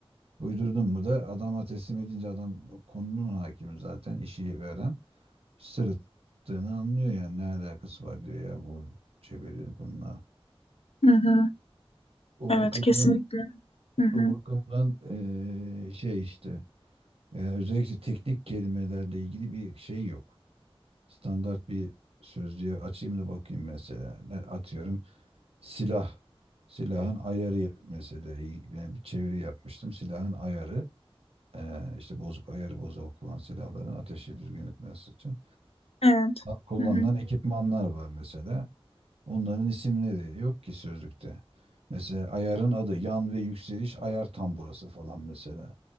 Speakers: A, on the right (about 70°); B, on the left (about 75°).
A: Uydurdun mu da adama teslim edince adam konunun hakimi zaten işi veren sırıttığını anlıyor yani ne alakası var diyor ya bu çeviri bununla.
B: Hı hı.
A: O
B: Evet,
A: bakımdan
B: kesinlikle. Hı hı.
A: o bakımdan eee, şey işte yani özellikle teknik kelimelerle ilgili bir şey yok. Standart bir sözlüğe açayım da bakayım mesela. Ne atıyorum? Silah. Silahın ayarı mesela iyi- ben bir çeviri yapmıştım. Silahın ayarı eee, işte bozuk ayarı bozuk olan silahların ateşi düzgün etmesi için
B: Evet.
A: kullanılan
B: Hı hı.
A: ekipmanlar var mesela. Onların isimleri yok ki sözlükte. Mesela ayarın adı yan ve yükseliş ayar tamburası falan mesela.